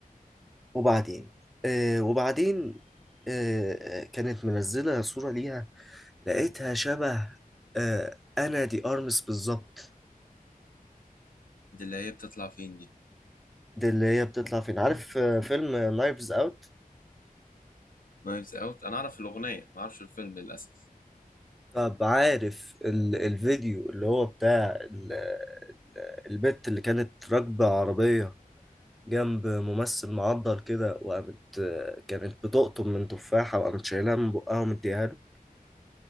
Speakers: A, in the centre; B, on the left.
A: وبعدين آه وبعدين آه كانت منزله صوره ليها لقيتها شبه آه انا دي ارمس بالظبط
B: دي اللي هي بتطلع فين دي
A: دي اللي هي بتطلع فين عارف آه، فيلم نايفز اوت
B: نايفز اوت انا اعرف الاغنيه ما اعرفش الفيلم للاسف
A: طب عارف ال الفيديو اللي هو بتاع ال ال- البت اللي كانت راكبة عربية جنب ممثل معضل كده وقامت كانت بتقطم من تفاحة وقامت شايلها من بقها ومديها له